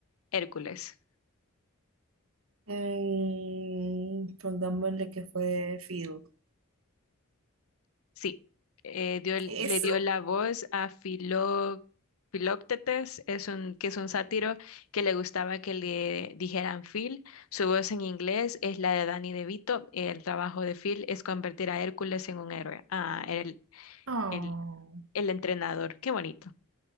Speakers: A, on the left; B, on the right.
A: Hércules.
B: Mm, pongámosle que fue Field.
A: Sí, eh, dio el-
B: Eso.
A: le dio la voz a Filó- Filóctetes, es un, que es un sátiro que le gustaba que le dijeran Phil. Su voz en inglés es la de Danny DeVito. El trabajo de Phil es convertir a Hércules en un héroe. Ah, era el,
B: Oh,
A: el, el entrenador. Qué bonito.